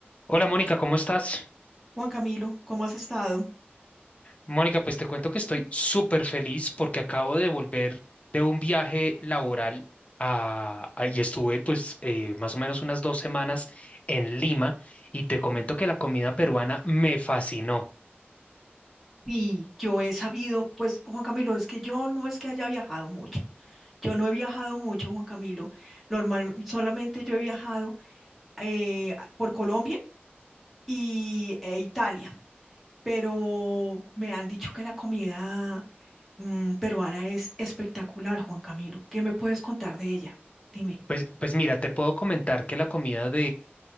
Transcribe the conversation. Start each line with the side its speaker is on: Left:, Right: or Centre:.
Left: Hola Mónica, ¿cómo estás?
Centre: Juan Camilo, ¿cómo has estado?
Left: Mónica, pues te cuento que estoy súper feliz porque acabo de volver de un viaje laboral a, a- y estuve pues eh, más o menos unas dos semanas en Lima y te comento que la comida peruana me fascinó.
Centre: Y yo he sabido, pues Juan Camilo, es que yo no es que haya viajado mucho. Yo no he viajado mucho, Juan Camilo. Normal, solamente yo he viajado eh, a- por Colombia y e Italia, pero me han dicho que la comida mm, peruana es espectacular, Juan Camilo. ¿Qué me puedes contar de ella? Dime.
Left: Pues, pues mira, te puedo comentar que la comida